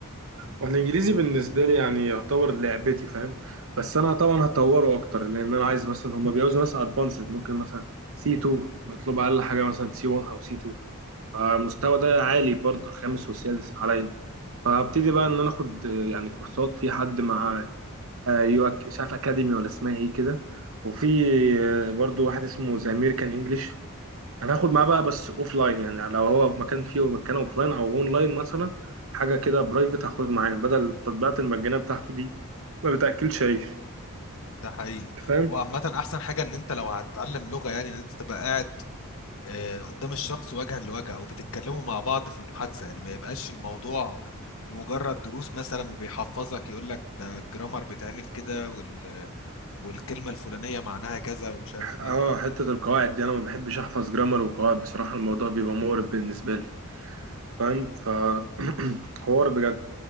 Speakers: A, on the right (about 65°); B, on the left (about 65°).
A: والانجليزي بالنسبه لي يعني يعتبر لعبتي فاهم بس انا طبعا هطوره اكتر لان انا عايز مثلا هم بيعوزوا ناس ادفانسد ممكن مثلا سي 2 مطلوب اقل حاجه مثلا سي 1 او سي 2 فالمستوى ده عالي برضه الخامس والسادس عليا فابتدي بقى ان انا اخد آه، يعني كورسات في حد مع آه، يو أك- مش عارف اكاديمي ولا اسمها ايه كده وفي آه، برضه واحد اسمه ذا امريكان انجلش انا هاخد معاه بقى بس اوف لاين يعني لو هو مكان فيه مكان اوف لاين او اون لاين مثلا حاجه كده برايفت هاخد معاه بدل التطبيقات المجانيه بتاعته دي ما بتاكلش عيش
B: ده حقيقي
A: أنت فاهم
B: وعامة أحسن حاجة إن أنت لو هتتعلم لغة يعني إن أنت تبقى قاعد آه، قدام الشخص وجها لوجه أو بتتكلموا مع بعض في المحادثة يعني ما يبقاش الموضوع مجرد دروس مثلا وبيحفظك يقول لك ده الجرامر بيتعمل كده وال... والكلمة الفلانية معناها كذا ومش عارف إيه
A: اه حته القواعد دي انا ما بحبش احفظ جرامر وقواعد بصراحه الموضوع بيبقى مقرف بالنسبه لي فاهم فحوار بجد